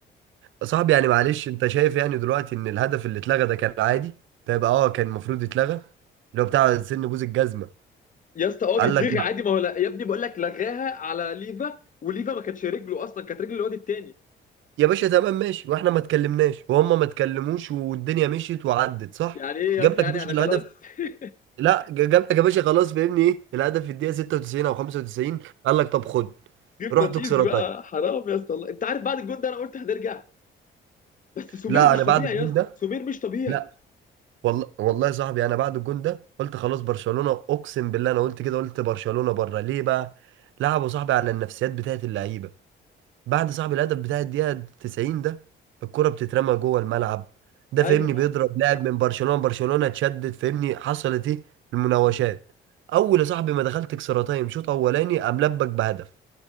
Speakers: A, on the right; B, on the left.
A: صعب يعني معلش انت شايف يعني دلوقتي ان الهدف اللي اتلغى ده كان عادي ده يبقى اه كان المفروض يتلغى اللي هو بتاع سن بوز الجزمه
B: يا اسطى اه
A: قال
B: بيتلغي
A: لك لا
B: عادي ما هو لا يا ابني بقول لك لغاها على ليفا وليفا ما كانتش رجله اصلا كانت رجل الواد التاني
A: يا باشا تمام ماشي واحنا ما اتكلمناش وهم ما اتكلموش والدنيا مشيت وعدت صح
B: يعني ايه يا
A: جاب
B: اسطى
A: لك
B: يعني
A: يا باشا
B: انا
A: الهدف
B: خلاص <laughs>
A: لا ج- جاب لك يا باشا خلاص فاهمني ايه الهدف في الدقيقه 96 او 95 قال لك طب خد
B: جه
A: روح
B: فراتيزي
A: تكسر
B: بقى
A: طيب
B: حرام يا اسطى والله انت عارف بعد الجون ده انا قلت هنرجع بس سمير
A: لا
B: مش
A: انا
B: طبيعي
A: بعد الجون
B: يا اسطى
A: ده
B: سمير مش طبيعي
A: لا والله والله يا صاحبي انا بعد الجون ده قلت خلاص برشلونه اقسم بالله انا قلت كده قلت برشلونه بره ليه بقى لعبوا صاحبي على النفسيات بتاعت اللعيبه بعد صاحبي الهدف بتاع الدقيقه 90 ده الكره بتترمى جوه الملعب ده
B: ايوه
A: فاهمني بيضرب لاعب من برشلونه برشلونه اتشدد فاهمني حصلت ايه المناوشات اول يا صاحبي ما دخلت اكسترا تايم شوط اولاني قام لبك بهدف